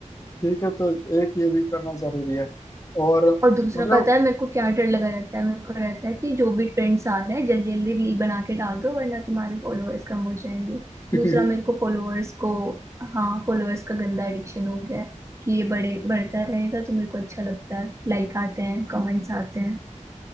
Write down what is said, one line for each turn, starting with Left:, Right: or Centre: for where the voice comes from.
Left: ठीक है तो एक ये भी करना जरूरी है और
Right: और दूसरा
Left: मतलब
Right: पता है मेरे को क्या डर लगा रहता है मेरे को रहता है कि जो भी ट्रेंड्स आ रहा है जल्दी जल्दी रील बना के डाल दो वरना तुम्हारे फॉलोअर्स कम हो जाएंगे
Left: <laughs>
Right: दूसरा मेरे को फॉलोअर्स को हाँ फॉलोअर्स का गंदा एडिक्शन हो गया है कि ये बड़े बढ़ता रहेगा तो मेरे को अच्छा लगता है लाइक आते हैं कमेंट्स आते हैं